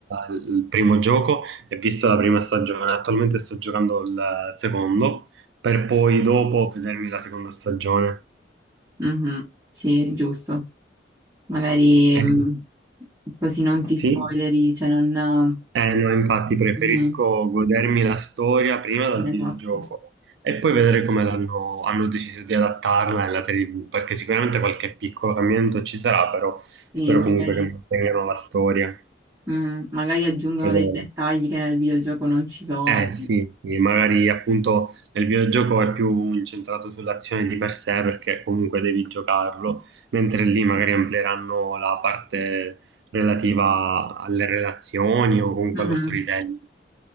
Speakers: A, on the right; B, on the right.
A: il primo gioco, e visto la prima stagione. Attualmente sto giocando il secondo, per poi dopo vedermi la seconda stagione.
B: Mhm. Sì, giusto. Magari
A: Eh,
B: mm, così non ti
A: Sì?
B: spoileri, cioè non...
A: Eh no, infatti preferisco
B: Mhm.
A: godermi la storia prima dal
B: Esatto,
A: videogioco e
B: sì.
A: poi vedere come l'hanno- hanno deciso di adattarla nella serie TV, perché sicuramente qualche piccolo cambiamento ci sarà, però spero
B: Sì, magari,
A: comunque che mantengano la storia.
B: mm, magari aggiungono
A: fedele.
B: dei dettagli che nel videogioco non ci sono.
A: Eh sì, sì, magari appunto nel videogioco è più incentrato sull'azione di per sé perché comunque devi giocarlo, mentre lì magari amplieranno la parte relativa alle relazioni o comunque
B: Mhm,
A: allo storytelling.